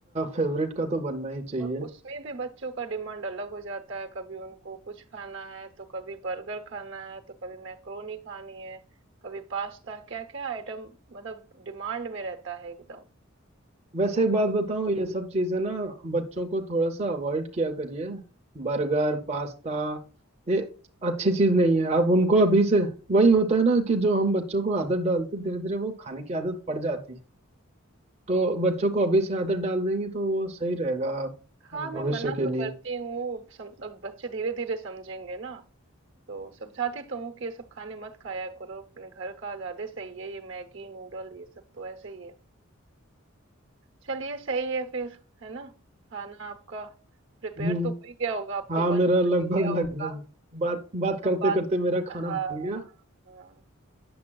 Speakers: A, on the right; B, on the right.
A: फेवरेट का तो बनना ही चाहिए
B: और उसमें भी बच्चों का डिमांड अलग हो जाता है कभी उनको कुछ खाना है तो कभी बर्गर खाना है तो कभी मैक्रोनी खानी है कभी पास्ता क्या क्या आइटम मतलब डिमांड में रहता है एकदम तो
A: वैसे
B: वो
A: एक
B: भी
A: बात
B: तो
A: बताऊं ये सब चीजें ना बच्चों को थोड़ा सा अवॉइड किया करिए बर्गर पास्ता ये अच्छी चीज नहीं है आप उनको अभी से वही होता है ना कि जो हम बच्चों को आदत डालते धीरे धीरे वो खाने की आदत पड़ जाती है तो बच्चों को अभी से आदत डाल देंगे तो वो सही रहेगा
B: हाँ
A: अ,
B: मैं
A: भविष्य
B: मना
A: के
B: तो
A: लिए
B: करती हूँ सम- अब बच्चे धीरे धीरे समझेंगे ना तो समझाती तो हूँ कि ये सब खाने मत खाया करो अपने घर का ज्यादा सही है ये मैगी नूडल ये सब तो ऐसे ही है चलिए सही है फिर है ना खाना आपका प्रिपेयर
A: हम्म
B: तो हो ही गया होगा अब
A: हाँ
B: तो बन
A: मेरा
B: बन
A: लगभग
B: ही गया होगा
A: लगभग बात
B: हाँ,
A: बात करते
B: बात
A: करते मेरा
B: हाँ
A: खाना बन
B: हाँ
A: गया
B: हाँ